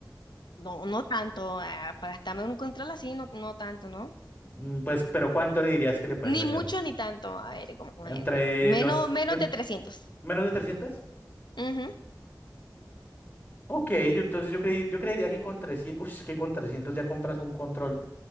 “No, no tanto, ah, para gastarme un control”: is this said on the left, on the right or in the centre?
Left